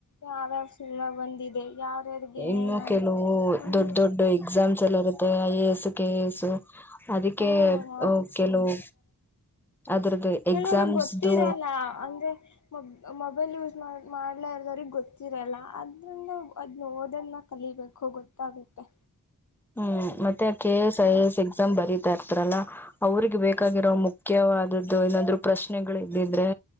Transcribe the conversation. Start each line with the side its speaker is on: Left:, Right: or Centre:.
Left: ಯಾವ್ಯಸನ ಬಂದಿದೆ ಯಾವ್ಯಾರ್ಗೆ
Centre: ಇನ್ನು
Left: ಏನೇನಾಯ್ತು
Centre: ಕೆಲವು
Left: ಅವನು
Centre: ದೊಡ್ ದೊಡ್ಡ ಎಕ್ಸಾಮ್ಸ್ ಎಲ್ಲ ಇರುತ್ತೆ I A S K A S ಅದಕ್ಕೆ
Left: ಹ್ಮ್
Centre: ಕೆಲವು ಅದ್ರದ್ದು
Left: ಕೆಲವ್ರ
Centre: ಎಕ್ಸಾಮ್ಸ್ದು
Left: ಗೊತ್ತಿರಲ್ಲ ಅಂದ್ರೆ ಮ ಮ ಮೊಬೈಲ್ ಯೂಸ್ ಮಾಡಿ ಮಾಡ್ಲ ಇರದೋ್ರಿಗೆ ಗೊತ್ತಿರೋಲ್ಲ ಅದರಿಂದ ಅದನ್ನ ಓದನ್ನ ಕಲಿಬೇಕು ಗೊತ್ತಾಗುತ್ತೆ
Centre: ಹ್ಮ್ ಮತ್ತೆ K S
Left: hmm
Centre: I S ಪರೀಕ್ಷೆ ಬರತಾ ಇರ್ತಾರಲ್ಲ ಅವ್ರಿಗೆ ಬೇಕಾಗಿರೋ ಮುಖ್ಯವಾದದ್ದು ಏನಾದ್ರು ಪ್ರಶ್ನೆಗಳು ಇದ್ದಿದ್ರೆ